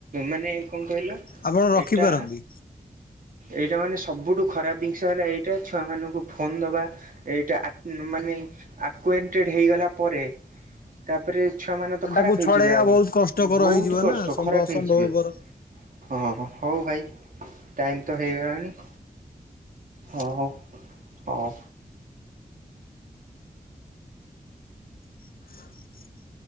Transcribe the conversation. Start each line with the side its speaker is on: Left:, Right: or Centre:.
Right: ମାନେ କଣ କହିଲ
Left: ଆପଣ ରଖିପାରନ୍ତି।
Right: ଏଇଟା ଏଇଟା ମାନେ ସବୁଠୁ ଖରାପ ଜିନିଷ ହେଲା ଏଇଟା ଛୁଆମାନଙ୍କୁ ଫୋନ୍ ଦବା। ଏଇଟା ମାନେ ଆକ୍ୱେଣ୍ଟଟେଡ୍ ହେଇଗଲା ପରେ ତାପରେ ଛୁଆମାନେ ତ
Left: ଏଟାକୁ
Right: ଖରାପ ହେଇଯିବେ
Left: ଛଡେଇବା
Right: ଆଉ
Left: ବହୁତ କଷ୍ଟକର
Right: ବହୁତ
Left: ହେଇଯିବ
Right: କଷ୍ଟ
Left: ନା ସମ୍ଭ
Right: ଖରାପ
Left: ଅସମ୍ଭବପର
Right: ହେଇଯିବେ। ହଁ ହଉ ଭାଇ ଟାଇମ୍ ତ ହେଇଗଲାଣି ହଉ ହଉ।
Left: <unintelligible>